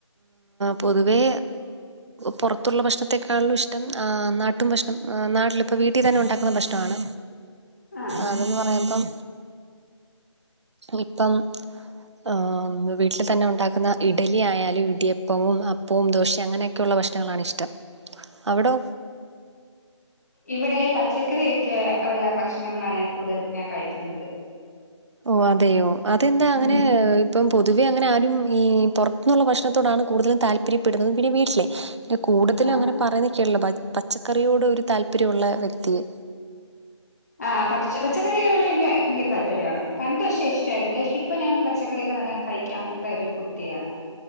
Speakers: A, on the right (about 65°); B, on the left (about 30°).
A: പൊതുവേ പുറത്തുള്ള ഭക്ഷണത്തെേക്കാണല്ലും ഇഷ്ടം നാട്ടും ഭക്ഷണം നാട്ടിലിപ്പോൾ വീട്ടിൽ തന്നെ ഉണ്ടാക്കുന്ന പ്രശ്നമാണ്
B: ആ
A: അതെന്ന് പറയുമ്പം ഇപ്പം ആഹ് വീട്ടിൽ തന്നെ ഉണ്ടാക്കുന്ന ഇഡലി ആയാലും ഇടിയപ്പവും അപ്പവും പും ദോശ അങ്ങനെയൊക്കെയ ഉള്ള ഭക്ഷണങ്ങളണ് ഇഷ്ടം അവിടോ
B: ഇവിടെ പച്ചക്കറിയൊക്കെ ഉള്ള ഭക്ഷണങ്ങളാണ് കൂടുതലും ഞാൻ കഴിക്കുന്നത്
A: ഓ അതെയോ അതെന്താ അങ്ങനെ
B: ഉം
A: ഇപ്പം പൊതുവെ അങ്ങനെ ആരും ഈ പുറത്തുന്ന്ള്ള ഭക്ഷണ തുടാണ് കൂടുതലും താല്പര്യപ്പെടുന്നത് പിന്നെ വീട്ടിലെ കൂടുതലും
B: ആ
A: അങ്ങനെ പറയുന്നതൊക്കെയുള്ളൂ പച്ചക്കറിയോട് ഒരു താല്പര്യള്ള വ്യക്തിയെ
B: ആഹ് പ പച്ചക്കറികോളെ എനിക്ക് ഭയങ്കര താല്പര്യമാണ് പണ്ട് പക്ഷെ ഇഷ്ടയിരുന്നില്ല പക്ഷേ ഇപ്പോ ഞാൻ പച്ചക്കറിയൊക്കെ നല്ലോണം കഴിക്കുക അങ്ങൻത്തെ ഒരു കുട്ടിയാണ്